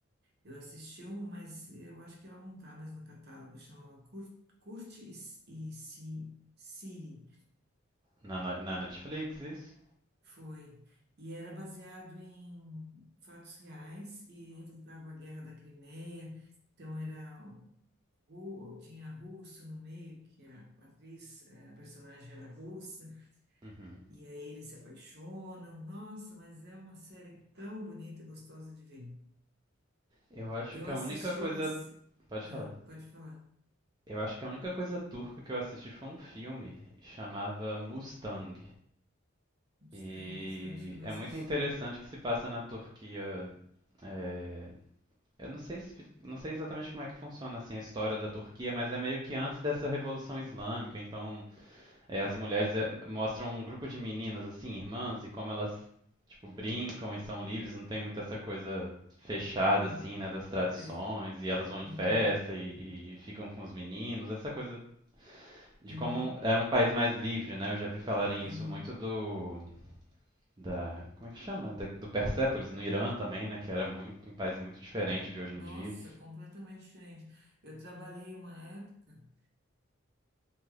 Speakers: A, on the right; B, on the right.
A: Eu assisti um, mas eu acho que ela não está mais no catálogo. Chamava Cur- Curte e, e Si- Siri.
B: Na, no- na Netflix isso?
A: Foi. E era baseado em fatos reais e retratava a Guerra da Crimeia. Então era ru- tinha russo no meio, que a atriz, eh, a personagem era russa,
B: Uhum.
A: e aí eles se apaixonam. Nossa, mas é uma série tão bonita e gostosa de ver.
B: Eu acho
A: Eu
B: que
A: assisti
B: a única coisa,
A: uma. se-
B: pode
A: Ah,
B: falar.
A: pode falar.
B: Eu acho que a única coisa turca que eu assisti foi um filme, chamava Mustang.
A: Mustang,
B: E
A: esse eu acho que eu não
B: é
A: assisti.
B: muito interessante que se passa na Turquia é, Eu não sei, expli- não sei exatamente como é que funciona assim a história da Turquia, mas é meio que antes dessa Revolução Islâmica. Então, é, as mulheres é, mostram um grupo de meninas assim, irmãs, e como elas tipo brincam e são livres, não tem muito essa coisa fechada
A: Não
B: assim, né, das tradições.
A: sei.
B: E elas vão
A: Uhum,
B: em festa e, e ficam com os meninos. Essa coisa de
A: uhum,
B: como era um país mais livre, né? Eu já vi falarem
A: uhum.
B: isso muito do da como é que chama? Da- do Persépolis no Irã também, né? Que era muito um país muito diferente de hoje
A: Nossa,
B: em dia.
A: completamente diferente. Eu trabalhei uma época,